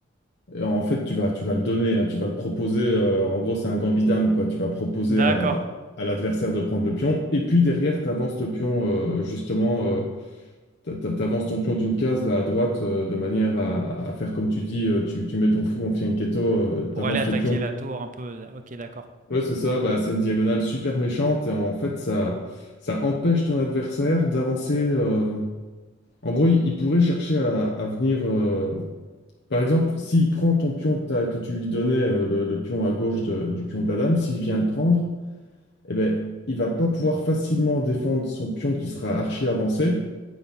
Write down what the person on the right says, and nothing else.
D'accord.
Pour
aller attaquer
la tour un peu. Ok, d'accord.